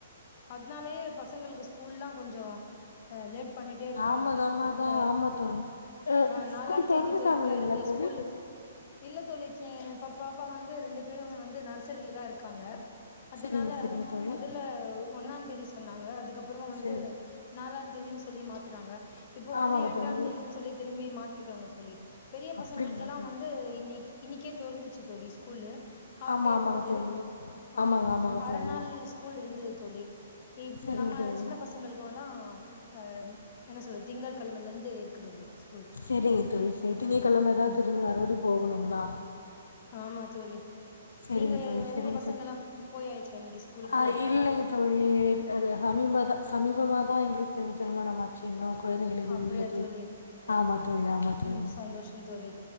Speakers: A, on the left; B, on the left.
A: அதனாலயே பசங்களுக்கு ஸ்கூல்லா கொஞ்சோ அ லேட் பண்ணிட்டே இருக்காங்க
B: தாமதமாதா
A: இந்த
B: ஆமா தோழி அ
A: ஆ நாலாந்
B: ஸ்கூல்
A: தேதி
B: தொறந்துட்டாங்க
A: தொறக்க
B: இல்லைங்களா
A: இருந்த
B: தோழி
A: ஸ்கூலு இல்ல தோழி எ பாப்பா பாப்பா வந்து ரெண்டு பேருமே வந்து நர்சரி தா இருக்காங்க அதனால
B: சரிங்க சரிங்க தோழி
A: மொதல்ல வு ஒன்னாந் தேதி சொன்னாங்க அதுக்கப்பறமா வந்து
B: சரிங்க தோழி
A: நாளா தேதின் சொல்லி மாத்துறாங்க இப்போ
B: ஆமாங்க
A: வந்து எட்டாந்
B: தோழி
A: தேதின் சொல்லி திரும்பி மாத்திருக்காங்க தோழி பெரிய
B: அப்டிங்களா
A: பசங்களுக்குல்லா
B: தோழி
A: வந்து இன்னைக் இன்னிக்கே தொறந்துச்சு தோழி ஸ்கூலு ஆஃப்
B: ஆமா
A: டே
B: ஆமாங்க
A: இருந்தது
B: தோழி ஆமாங்க
A: ஆமா
B: ஆமாங்க
A: அரநாள்
B: தோழி
A: ஸ்கூல் இருந்தது தோழி இப்
B: சரிங்க
A: நம்ம
B: தோழி
A: சின்ன பச ங்கள்குலாம் ஆ என்ன சொல் திங்கள் கிழமலந்து இருக்கு தோழி ஸ்கூல்
B: செரிங்க தோழி செ திங்க கிழமதா
A: ம்
B: திரும்பி மறுபடியு போகணுங்ளா
A: ஆமா தோழி
B: செரிங்க
A: நீங்க
B: தோழி செரிங்க
A: உங்க பசங்கல்லா
B: தோழி
A: போய்யாச்சா இன்னைக்கு ஸ்கூலுக்கு
B: ஆ இல்லைங்க தோழி அ சமீப தா சமீபமா தா எங்களுக்கு திருமண மா ச்சி இன்னு குழந்தைகள் எதுவும்
A: அப்படியா
B: இல்ல
A: தோழி
B: ஆமா தோழி ஆமா தோழி
A: ம் சந்தோஷம் தோழி